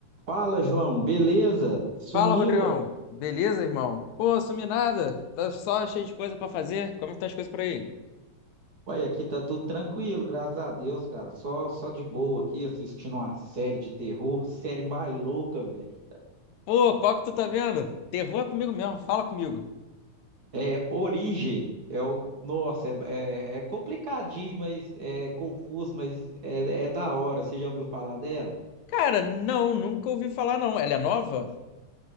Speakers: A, on the right; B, on the left.
A: Fala, João, beleza? Sumiu,
B: Fala, Rodrigão.
A: ué?
B: Beleza, irmão? Pô, sumi nada. Tá só cheio de coisa pra fazer. Como estão as coisas por aí?
A: Ué, aqui tá tudo tranquilo, graças a Deus, cara. Só, só de boa aqui assistindo uma série de terror, <laughs> série mais louca, velho.
B: Pô, qual que tu tá vendo? Terror é comigo mesmo. Fala comigo.
A: É Origem. É o, nossa, é, é, é complicadinho, mas é confuso, mas é, é da hora. Você já ouviu falar dela?
B: Cara, não, nunca ouvi falar não. Ela é nova?